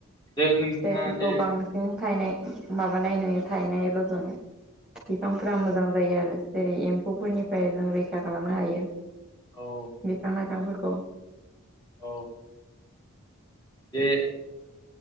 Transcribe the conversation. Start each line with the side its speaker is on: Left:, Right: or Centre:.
Left: जे नोंथाङा
Centre: फिथाइखौ
Left: जे
Centre: बांसिन थायनाय माबानाय नुयो थायनाय रज'नाय बिफांफोरा
Left: औ
Centre: मोजां। जायो आरो जेरै एम्फौफोरनिफ्राय जों रैखा खालामनो हायो।
Left: औ
Centre: बिफां लाइफांफोरखौ
Left: औ बे